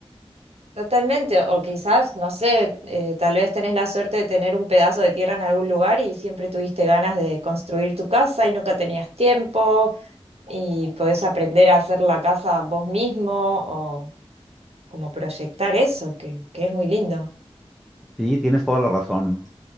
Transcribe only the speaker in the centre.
Sí, tienes toda la razón.